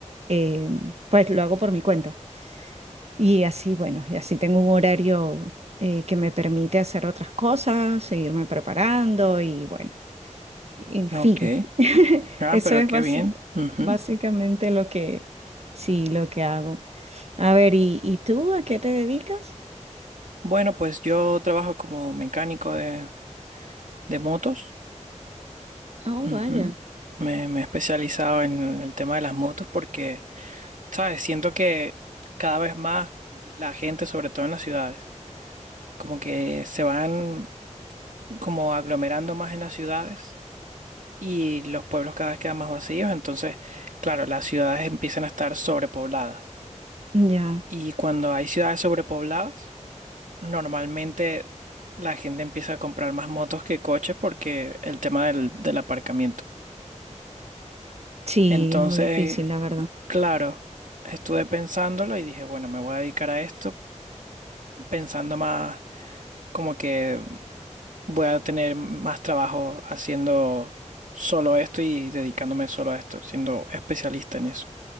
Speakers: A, on the right; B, on the right.
A: eh, pues lo hago por mi cuenta. Y así, bueno, y así tengo un horario eh, que me permite hacer otras cosas, seguirme preparando y bueno, en fin,
B: ok. Ah,
A: eso
B: pero
A: es
B: qué
A: básic-
B: bien. Ujú.
A: básicamente lo que, sí, lo que hago. A ver, ¿y, y tú a qué te dedicas?
B: Bueno, pues yo trabajo como mecánico de, de motos.
A: Oh,
B: Ujú.
A: vaya.
B: Me, me he especializado en el tema de las motos porque, ¿sabes? Siento que cada vez más la gente, sobre todo en las ciudades, como que se van como aglomerando más en las ciudades y los pueblos cada vez quedan más vacíos, entonces, claro, las ciudades empiezan a estar sobrepobladas.
A: Ya,
B: Y cuando hay ciudades sobrepobladas, normalmente la gente empieza a comprar más motos que coches porque el tema del, del aparcamiento.
A: sí,
B: Entonces,
A: es muy difícil, la verdad.
B: claro, estuve pensándolo y dije, bueno, me voy a dedicar a esto pensando más como que voy a tener más trabajo haciendo solo esto y dedicándome solo a esto, siendo especialista en eso.